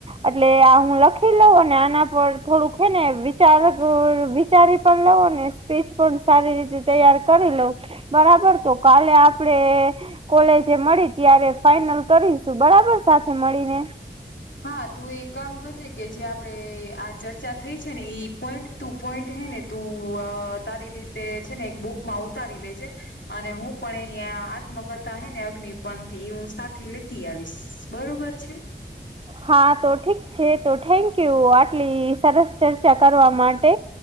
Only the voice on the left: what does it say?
હા તું એ કામ કરજે કે જે આપણે આ ચર્ચા થઈ છે ને એઈ પોઈન્ટ તું પોઈન્ટ હે ને તું તારી રીતે છે ને એક બુકમાં ઉતારી લેજે અને હું પણ એની આ આત્મકથા હૈ ને અગ્નિપંથ એ હું સાથે લેતી આવીશ બરોબર છે.